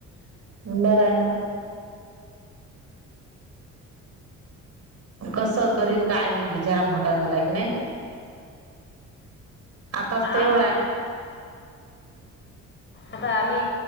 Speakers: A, on the right; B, on the left.
A: बरं आहे ना. कसं करीन काय बिचारा मोठा झाला की नाही. आताच
B: आ
A: तर एवढा हाय.
B: आता आम्ही